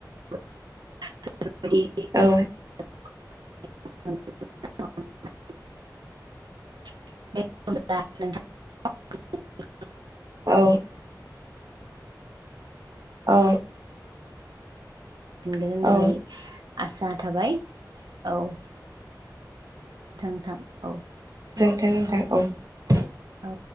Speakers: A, on the right (about 85°); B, on the right (about 55°).
A: <unintelligible>
B: औ।
A: <unintelligible> <unintelligible> <unintelligible>
B: औ। औ।
A: फिनगोन होननानै
B: औ
A: आसा थाबाय औ। थां थां औ।
B: नोंथां नोंथां औ।
A: औ